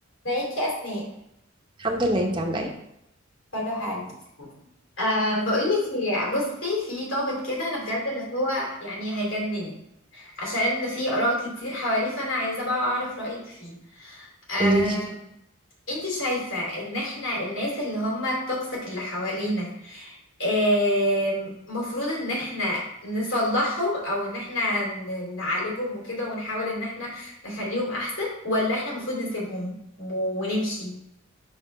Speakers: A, on the left (about 75°); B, on the right (about 25°).
A: ازيك يا اسماء
B: الحمد لله انت عامله ايه
A: كله حال أه بقولك هي بصي في ضابط كده انا بجد اللي هو يعني هيجنني عشان في اراء كتير حواليه فانا عايزه بقى اعرف رايك فيه أه
B: قولي لي
A: انت شايفه ان احنا الناس اللي هم التوكسيك اللي حوالينا آم، مفروض ان احنا نصلحهم او ان احنا ن- نعالجهم وكده ونحاول ان احنا نخليهم احسن ولا احنا المفروض نسيبهم ونمشي